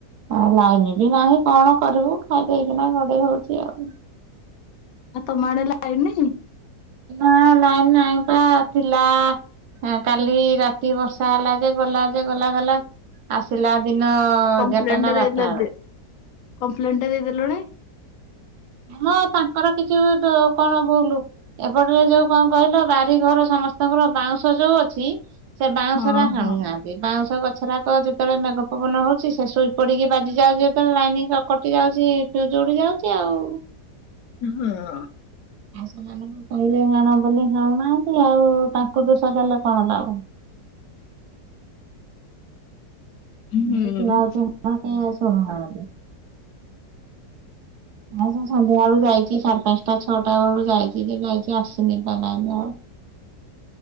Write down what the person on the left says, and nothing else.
ଆଉ୍ ତମ ଆଡ଼େ ଲାଇନ୍ ନାହିଁ?
କଂପ୍ଲେନ୍
ଟେ ଦେଇଦେ
ଦେ ଏବେ କଂପ୍ଲେନ୍ ଟେ ଦେଇଦେଲୁଣି?
ହଁ
ହଁ
ଉଁ ହୁଁ।
ହୁଁ